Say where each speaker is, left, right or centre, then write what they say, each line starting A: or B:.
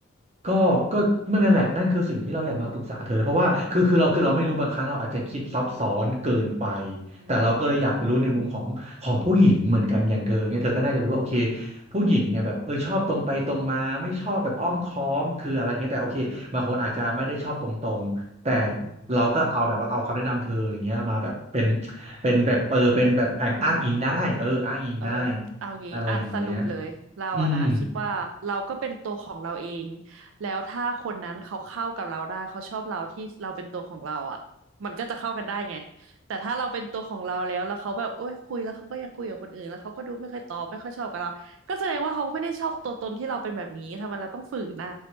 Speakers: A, on the right; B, on the right.
A: ก็ก็เมื่อนั่นแหละนั่นคือสิ่งที่เราอยากมาปรึกษาเธอเพราะว่าคือคือเราคือเราไม่รู้บางครั้งเราอาจจะคิดซับซ้อนเกินไป
B: อืมอืม
A: แต่เราก็เลยอยากรู้ในมุมของของผู้หญิงเหมือนกันอย่างเธอเนี่ยเธอก็น่าจะรู้ว่าโอเคผู้หญิงเนี่ยแบบเออชอบตรงไปตรงมาไม่ชอบแบบอ้อมค้อมคืออะไรเงี้ยแต่โอเคบางคนอาจจะไม่ได้ชอบตรงๆแต่
B: อืมอืม
A: เราก็เอาแบบว่าเอาคำแนะนำเธออย่างเงี้ยมาแบบเป็นเป็นแบบเออเป็นแบบแองอ้างอิงได้เอออ้างอิงได้
B: อืมอืม เออเอางี้อ่ะสรุปเลยเราอะนะคิดว่าเราก็เป็นตัวของเราเอง
A: อะไรอย่างเงี้ยอืม
B: แล้วถ้าคนนั้นเขาเข้ากับเราได้เขาชอบเราที่เราเป็นตัวของเราอะมันก็จะเข้ากันได้ไงแต่ถ้าเราเป็นตัวของเราแล้วแล้วเขาแบบโอ้ยคุยแล้วเขาก็ยังคุยกับคนอื่นแล้วเขาก็ดูไม่เคยตอบไม่ค่อยชอบกับเราก็แสดงว่าเขาไม่ได้ชอบตัวตนที่เราเป็นแบบนี้ทำไมเราต้องฝืนอ่ะ